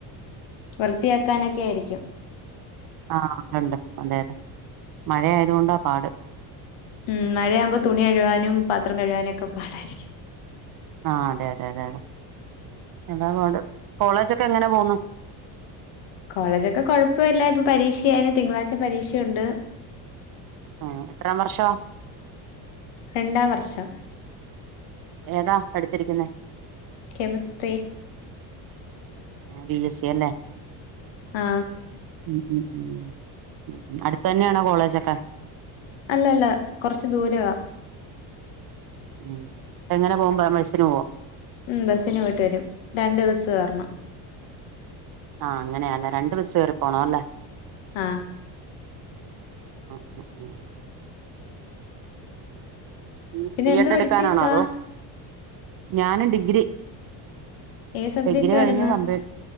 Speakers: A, on the left (about 65°); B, on the right (about 45°).
A: വൃത്തിയാക്കാനൊക്കെ ആയിരിക്കും
B: ആ ണ്ട് അതെ അതെ മഴ ആയതോണ്ടാ പാട്
A: ഉം മഴയാവുമ്പോ തുണി കൈആനും പാത്രം കഴുവാനും ഒക്കെ പാടായിരിക്കും
B: ആഹ് അതെ അതെ അതെ അതെ എന്താ പാട് കോളേജ് ക്കെ എങ്ങനെ പോന്നു?
A: കോളേജൊക്കെ കൊഴപ്പല്ല. ഇപ്പൊ പരീക്ഷയാണ്. തിങ്കളാഴ്ച പരീക്ഷയുണ്ട്.
B: ആ എത്രാം വർഷാ?
A: രണ്ടാം വർഷം
B: ഏതാ കെടുത്തിരിക്കുന്നേ?
A: കെമിസ്ട്രി
B: ആ ബി എസ് സി അല്ലേ?
A: ആ
B: ഉം ഉം ഉം ഉ അടുത്തെന്നെണോ കോളേജൊക്കെ?
A: അല്ല അല്ല കൊറച്ച് ദൂരവാ
B: ഉം എങ്ങനെ പോഉം <unintelligible> ബസിന് പോവോ?
A: ഉം ബസ്സിന് പോയിട്ട് വരും. രണ്ട്ബസ് കേറണം.
B: ആ അങ്ങനെയാലേ രണ്ടു ബസ്സ് കേറിപോണം അല്ലേ.
A: ആ
B: ഉഉഉ ന്നെ
A: പിന്നെ
B: ബീ
A: എന്ത്
B: എ ഡ്
A: പഠിച്ച്
B: എടുക്കാനാണോ
A: ഇത്താ
B: അതോ? ഞാനും ഡിഗ്രി
A: ഏത് സബ്ജക്റ്റ്
B: ഡിഗ്രി കഴിഞ്ഞു
A: ആയിരുന്നു
B: കമ്പ്യൂ